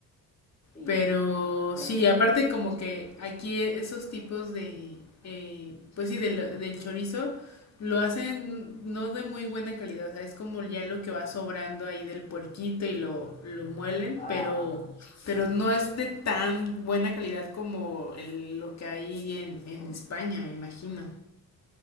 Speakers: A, on the left (about 20°); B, on the left (about 45°).
A: <laughs> sí.
B: Pero
A: Me,
B: sí, aparte como que aquí esos tipos de, eh, pues sí, del, del chorizo lo hacen no de muy buena calidad, o sea, es como ya lo que va sobrando ahí del puerquito y lo, lo muelen,
A: Ah,
B: pero, pero no es de tan buena calidad como el- lo que hay en, en España, me imagino.